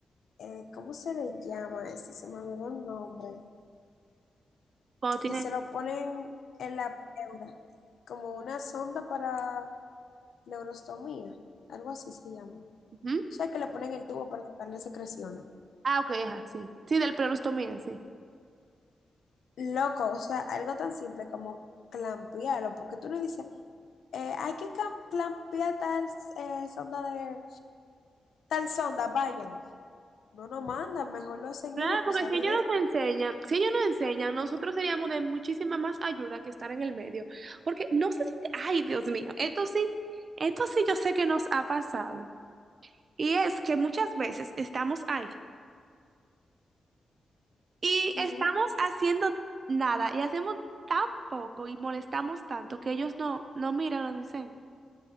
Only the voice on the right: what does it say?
Cuando tienen...
Ujú.
Ah, ok, ajá, sí, sí, del perostomía, sí.
Claro,
porque
si ellos
nos enseñan, si ellos nos enseñan, nosotros seríamos de muchísima más ayuda que estar en el medio, porque no sé si te... Ay, Dios mío, esto sí, esto sí yo sé que nos ha pasado. Y es que muchas veces estamos ahí y
estamos haciendo nada y hacemos tan poco y molestamos tanto que ellos no, no miran, nos dicen,